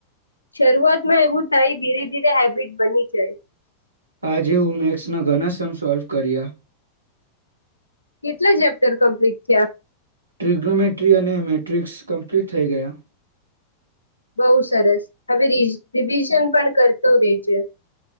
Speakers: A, on the left (about 80°); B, on the right (about 75°).
A: શરૂઆતમાં એવું થાય ધીરે ધીરે હેબિટ બની જાય
B: હા જે હું મેક્સ ના ઘણા સમ સોલ્વ કર્યા
A: કેટલા ચેપ્ટર કમ્પ્લીટ થયા
B: ટ્રીગનોમેટ્રી અને મેટ્રિક્સ કમ્પ્લીટ થઇ ગયા
A: બોહ સરસ હવે ર રિવિઝન પણ કરતો રેજે